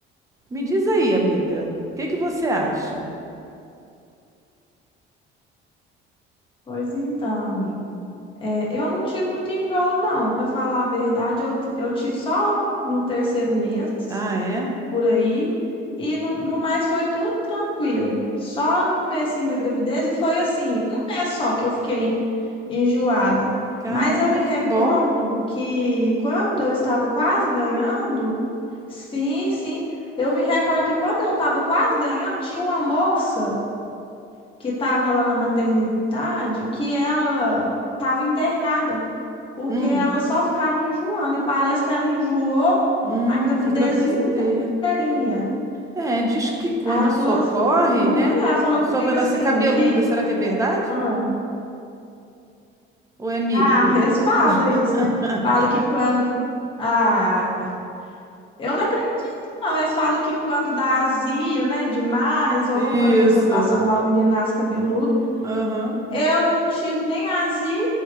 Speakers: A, on the right (about 15°); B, on the left (about 25°).
A: Me diz aí, amiga, o que que você acha?
B: Pois então, amigo. É, eu não tive muito enjoo, não. Para falar a verdade, eu, t- eu tive só no terceiro mês,
A: Ah, é?
B: por aí. E no, no mais foi tudo tranquilo. Só no comecinho da gravidez. E foi assim, um mês só que eu fiquei enjoada.
A: Caramba,
B: Mas eu me recordo
A: que bom.
B: que quando eu estava quase ganhando, Sim, sim. Eu me recordo que quando eu estava quase ganhando, tinha uma moça que estava lá na maternidade que ela estava internada, porque
A: Hum,
B: ela só ficava enjoando, e parece que ela enjoou
A: hum,
B: a gravidez
A: a gravidez inteira.
B: inteirinha.
A: É, diz que quando
B: Aí ela
A: isso
B: falou,
A: ocorre,
B: ass- uhum,
A: né,
B: ela falou
A: a pessoa
B: comigo
A: vai nascer
B: assim,
A: cabeluda.
B: que
A: Será que é verdade?
B: ah,
A: Ou é
B: <laughs>
A: mito
B: ah,
A: isso?
B: eles falam isso, né?
A: <laughs>
B: Fala que quando. Ah, Eu não acredito, não. Eles falam que quando dá azia, né, demais, ou
A: Isso.
B: quando a pessoa passa mal, o menino nasce cabeludo.
A: Aham.
B: Eu não tive nem azia